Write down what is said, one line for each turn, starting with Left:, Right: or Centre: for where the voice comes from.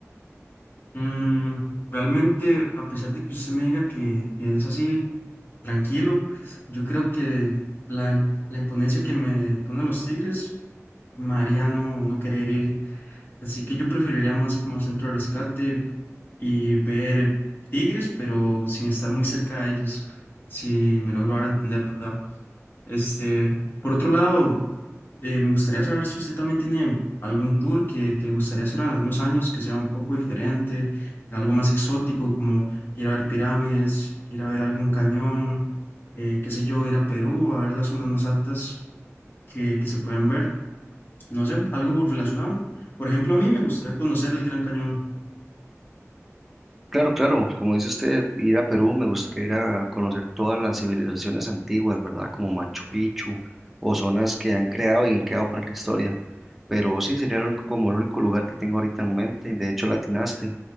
Left: Mm, realmente, a pesar de que usted me diga que, que es así, tranquilo, yo creo que la, im- la imponencia que me ponen los tigres, María no, no querer ir. Así que yo preferiría más como centro de rescate y ver tigres, pero sin estar muy cerca de ellos, si me logro dar a entender, ¿verdad? Este, por otro lado, eh, me gustaría saber si usted también tiene algún tour que, que le gustaría hacer en algunos años, que sea un poco diferente, algo más exótico, como ir a ver pirámides, ir a ver algún cañón, eh, qué sé yo, ir a Perú, a ver las zonas más altas que, que se pueden ver, no sé, algo relacionado. Por ejemplo, a mí me gustaría conocer el Gran Cañón.
Centre: Claro, claro, como dice usted, ir a Perú me gustaría ir a conocer todas las civilizaciones antiguas, ¿verdad? Como Machu Picchu o zonas que han creado y han quedado para la historia. Pero sí, sería el único- como el único lugar que tengo ahorita en mente. De hecho, latinaste.